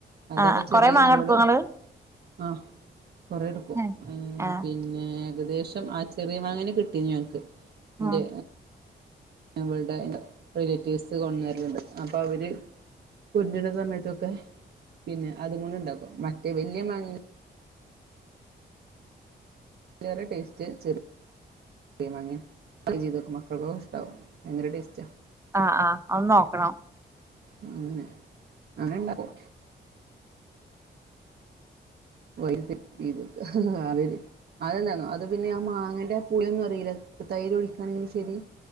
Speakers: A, on the right; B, on the right.
A: അതാകുമ്പോ
B: ആഹ്
A: ചെറിയ
B: കൊറെ മാങ്ങ
A: ഞമ്മള്
B: എടുക്കോ ഇങ്ങള്
A: ആഹ് കുറെ എടുക്കും
B: ആഹ്
A: പിന്നെ ഏകദേശം ആഹ് ചെറിയ മാങ്ങേനെ കിട്ടി ഞങ്ങൾക്ക് എന്റെ
B: ഉം
A: അവളടെ അന്റെ റിലേറ്റീവ്സ് കണ്ണൂരിലുണ്ട് അപ്പൊ അവര് കൊണ്ടുരണ സമയത്തൊക്കെ പിന്നെ അതുകൊണ്ട് ഉണ്ടാക്കും മറ്റേ വലിയ മാങ്ങ അതിലേറെ ടേസ്റ്റ് ചെറിയ മാങ്ങയാ അങ്ങനെ ചെയ്തോക്ക് മക്കൾക്കും ഇഷ്ടാകും ഭയങ്കര ടേസ്റ്റാണ്
B: ആഹ് ആഹ് ഒന്ന് നോക്കണം
A: അങ്ങനെ അങ്ങനെ ഇണ്ടാകും ഓയിൽ തിരുമ്മി വെക്കും ആഹ് അറിയില്ലേ അതെന്താണോ അത് പിന്നെ ആഹ് മാങ്ങേന്റെ പുളിയൊന്നും അറിയില്ല ഇപ്പൊ തൈര് ഒഴിക്കുകയാണെങ്കിലും ശെരി